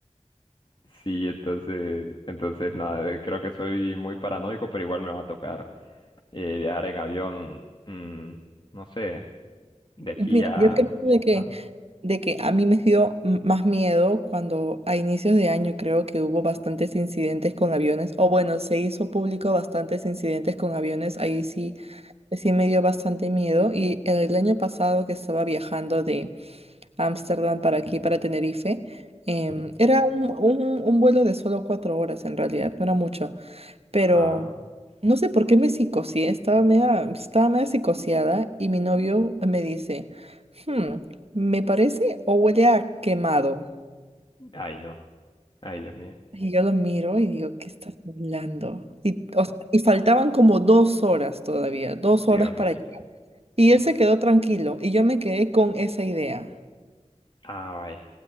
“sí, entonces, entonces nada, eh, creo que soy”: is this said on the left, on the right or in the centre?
Left